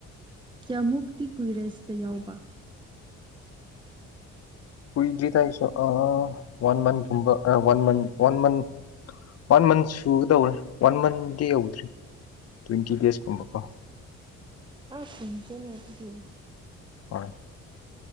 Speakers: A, on the right; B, on the left.
A: ꯀꯌꯥꯃꯨꯛꯇꯤ ꯀꯨꯏꯔꯦ ꯁꯤꯗ ꯌꯥꯎꯕ
B: ꯀꯨꯏꯗ꯭ꯔꯤ ꯇ ꯑꯩꯁꯨ ꯋꯥꯟ ꯃꯟꯕ ꯒꯨꯝꯕ ꯑꯥ ꯥꯟ ꯃꯟ ꯋꯥꯟ ꯃꯟ ꯋꯥꯟ ꯃꯟ ꯁꯨꯒꯗꯧꯔꯦ ꯋꯥꯟ ꯃꯟꯗꯤ ꯌꯧꯗ꯭ꯔꯤ ꯇ꯭ꯋꯦꯟꯇꯤ ꯗꯦꯖꯀꯨꯝꯕꯀꯣ
A: ꯑ ꯀꯨꯗ꯭ꯔꯤꯅꯦ ꯗꯨꯗꯤ
B: ꯍꯣꯏ